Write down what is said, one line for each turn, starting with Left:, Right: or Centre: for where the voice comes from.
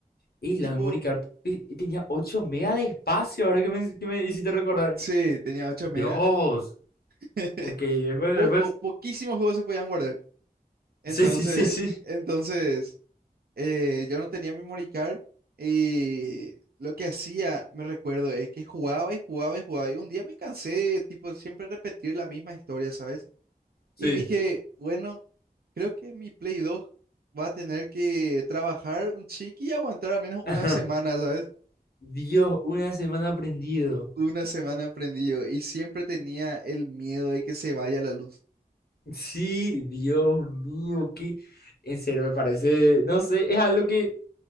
Left: Y
Right: Y tipo,
Left: la memory card pi- tenía 8 mega de espacio, ahora que me, que me hiciste recordar.
Right: sí, tenía 8 megas.
Left: Dios.
Right: <laughs>
Left: Ok, después,
Right: Poco,
Left: después.
Right: poquísimos juegos se podían guardar. Entonces,
Left: Sí, sí, sí, sí.
Right: entonces eh, yo no tenía memory card y lo que hacía, me recuerdo, es que jugaba y jugaba y jugaba. Y un día me cansé de tipo siempre repetir la misma historia, ¿sabes?
Left: Sí.
Right: Y dije, bueno, creo que mi Play 2 va a tener que trabajar un chiqui y aguantar al menos una
Left: <laughs>
Right: semana, ¿sabes?
Left: Dios, una semana aprendido.
Right: Una semana prendido y siempre tenía el miedo de que se vaya la luz.
Left: Sí, Dios mío, que en serio me parece, no sé, es algo que